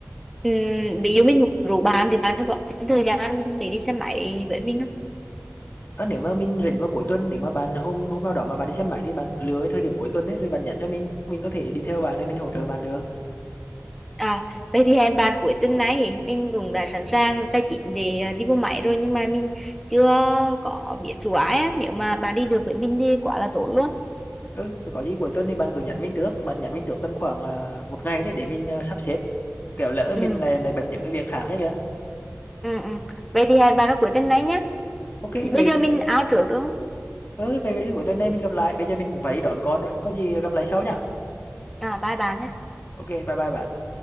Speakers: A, in the centre; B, on the left (about 40°).
A: Ừm, ví dụ mình rủ bạn thì bạn có thêm thời gian để đi xe máy với mình không?
B: ờ, nếu mà mình rảnh vào cuối tuần nếu mà bạn hôm hôm nào đó mà bạn đi xem máy thì bạn cứ lựa cái thời điểm cuối tuần ấy rồi bạn nhắn cho mình mình có thể đi theo bạn rồi mình hỗ trợ bạn được
A: À, vậy thì hẹn bạn cuối tuần này mình cũng đã sẵn sàng tài chính để à, đi mua máy rồi nhưng mà mình chưa có biết rủ ai á. Nếu mà bạn đi được với mình thì quá là tốt luôn.
B: ừ, rồi có gì cuối tuần thì bạn cứ nhắn mình trước bạn nhắn mình trước tầm khoảng ờ, một ngày đấy để mình ờ, sắp xếp kẻo lỡ
A: Ừ.
B: mình lại lại bận những cái việc khác ấy kìa
A: Ừ, ừ. Vậy thì hẹn bạn vào cuối tuần này nhé.
B: ok
A: Bây
B: về
A: giờ mình out trước đúng không?
B: ừ về, về thì cuối tuần này mình gặp lại bây giờ mình cũng phải đi đón con rồi có gì gặp lại sau nhá
A: À, bye bạn nhé.
B: ok bye bye bạn